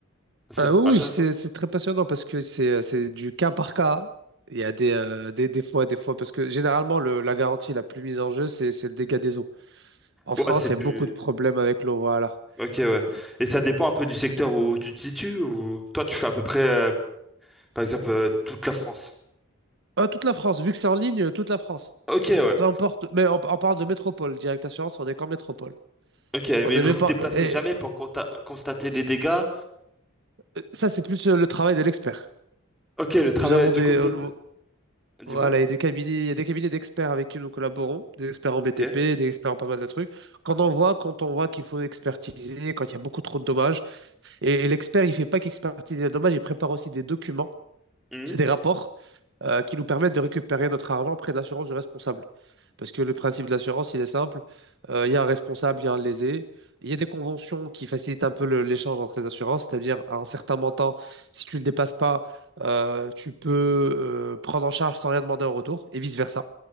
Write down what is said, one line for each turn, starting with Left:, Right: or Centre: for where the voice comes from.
Centre: C'est
Right: Euh, oui,
Centre: intéressant.
Right: oui, c'est c'est très passionnant parce que c'est euh, c'est du cas par cas. Il y a des, euh, des, des fois, des fois, parce que généralement, le, la garantie la plus mise en jeu, c'est c'est le dégât des eaux. En
Centre: Ouais,
Right: France,
Centre: c'est plus.
Right: il y a beaucoup de problèmes avec l'eau, voilà.
Centre: Ok, ouais.
Right: C'est-
Centre: Et ça dépend un peu du secteur où tu te situes ou toi, tu fais à peu près, euh, par exemple, euh, toute la France.
Right: Ah, toute la France, vu que c'est en ligne, euh, toute la France.
Centre: Ok, ouais.
Right: Peu importe, mais on, on parle de métropole, Direct Assurance, on est qu'en métropole.
Centre: Ok, mais
Right: On n'est
Centre: vous
Right: même
Centre: vous
Right: pas.
Centre: déplacez
Right: euh, Et
Centre: jamais pour conta- constater les dégâts
Right: euh, ça, c'est plus euh, le travail de l'expert.
Centre: Ok, le travail,
Right: Nous avons
Centre: du
Right: des.
Centre: coup, vous
Right: euh,
Centre: êtes...
Right: nous-
Centre: Dis-moi.
Right: voilà, il y a des cabinets, il y a des cabinets d'experts avec qui nous collaborons, des experts en BTP,
Centre: Ok.
Right: des experts en pas mal de trucs. Quand on voit, quand on voit qu'il faut expertiser, quand il y a beaucoup trop de dommages, et, et l'expert, il fait pas qu'expertiser les dommages, il prépare aussi des documents
Centre: Mhm.
Right: C'est des rapports euh, qui nous permettent de récupérer notre argent auprès de l'assurance du responsable. Parce que le principe de l'assurance, il est simple. Euh, il y a un responsable, il y a un lésé. Il y a des conventions qui facilitent un peu le- l'échange entre les assurances, c'est-à-dire à un certain montant, si tu ne le dépasses pas, euh, tu peux euh, prendre en charge sans rien demander en retour, et vice-versa.